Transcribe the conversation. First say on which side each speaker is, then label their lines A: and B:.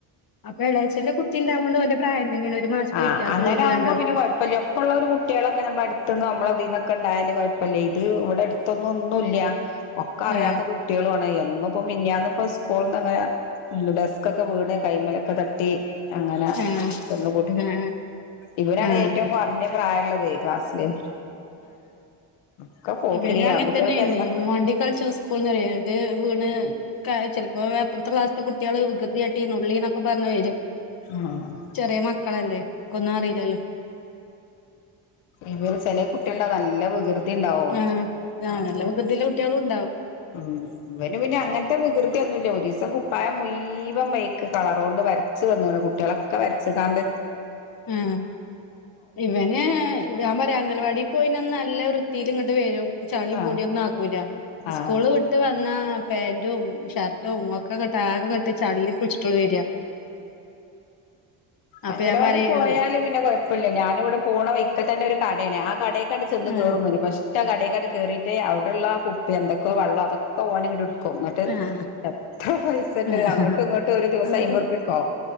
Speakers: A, on the left (about 45°); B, on the left (about 85°).
A: അപ്പ എളെച്ഛന്റെ കുട്ടി ഇണ്ടാകും ഓന്റെ പ്രായം തന്നെയാണ് ഒരു മാസത്തെ
B: ആഹ്
A: വ്യത്യാസള്ളൂ
B: അങ്ങനെ
A: ഓല്
B: ആകുമ്പോ
A: രണ്ടാൾക്കും
B: പിന്നെ കോഴപ്പല്ല ഒപ്പമുള്ള കുട്ട്യാളൊക്കെ നമ്മടെ അട്ത്ത്ന്ന് നമ്മടെ തീന്ന് ഒക്കെ ഇണ്ടായാല് കോഴപ്പല്ല ഇത് ഇവിടെ എട്ത്ത്ന്ന് ഒന്നുല്ല ഒക്കെ അറിയാത്ത
A: ആഹ്
B: കുട്ട്യാളു ആണ് എന്നും ഇപ്പോ മിനിഞ്ഞാന്ന് ഇപ്പ സ്കൂളിന്നങ്ങനെ ഡസ്ക് ഒക്കെ വീണു കൈയും മേലൊക്കെ തട്ടി അങ്ങനെ
A: ആഹ്
B: ചെന്ന് മു
A: ആഹ്
B: ഇവനാണ്
A: ആഹ്
B: ഏറ്റവും കുറഞ്ഞ പ്രായം ഉള്ളത് ക്ലാസ്സില് ഒക്കെ പോക്കിരി
A: ഇവരും അങ്ങനെ
B: ആൺകുട്ടികൾക്കെല്ലാം
A: തന്നെയാണ് മണ്ടി കളിച്ചാസ്കൂള്ന്ന് വീണത്- വീണ് ചിലപ്പോൾ ഇപ്പുറത്തെ ക്ലാസുകളെ കുട്ടികൾ വികൃതി കാട്ടി നുള്ളി എന്നൊക്കെ പറഞ്ഞു വരും
B: ആഹ്
A: ചെറിയ മക്കളല്ലേ അവർക്കൊന്നും അറിയില്ലല്ലോ
B: ഇവര് ചെല കുട്ടികള നല്ല വികൃതി- ഉണ്ടാവും
A: ആ ആ
B: അപ്പൊ
A: നല്ല വികൃതിയുള്ള കുട്ടികളും ഉണ്ടാവും
B: ഉം ഇവര് പിന്നെ അങ്ങനത്തെ വികൃതി ഒന്നുമില്ല ഒരു ദിവസത്തെ കുപ്പായം മുഴുവനും കളർ കൊണ്ട് വരച്ചു വന്നു കുട്ടികളൊക്കെ വരച്ചു കാണ്ട്
A: ആഹ് ഇവന് ഞാൻ പറയാ അംഗൽവാടി പോഎന്നാ- നല്ല വൃത്തിയിൽ ഇങ്ങോട്ട് വരും. ചളിയും
B: ആഹ്
A: പൊടിയും ഒന്നുമാക്കില്ല
B: ആഹ്
A: സ്കൂൾ വിട്ടു വന്നിട്ട് എന്നാ പാൻറും ഷർട്ടും ഒക്കെട്ട് ആകെം കെട്ടി ചളിൽ കുടിച്ചിട്ടുള്ള വരിക അപ്പൊ
B: അംഗലവാടി
A: ഞാൻ പറയും
B: പോയാല് പിന്നെ കൊഴപ്പമില്ല ഞാനിവിടെ പോണ വഴി ഒക്കെ തന്നെ ഒരു കടയാണ് ആ കടയൊക്കെ അങ്ങ്
A: ആഹ്
B: കേറിയിട്ട് ഫസ്റ്റ് കടയിലേക്ക് അങ്ങ് കേറിയിട്ട് അവിടെയുള്ള ഇപ്പൊ എന്തൊക്കെ വെള്ളം അതൊെ ഓൻ ഇങ്ങട്ട് എടുക്കും എന്നിട്ട്
A: ആഹ്
B: എത്ര പൈസന്റെ
A: ആഹ്
B: അങ്ങോട്ടും ഇങ്ങോട്ടും ഒരു ദിവസം
A: അങ്ങോട്ടും
B: അയിമ്പത് - ഓ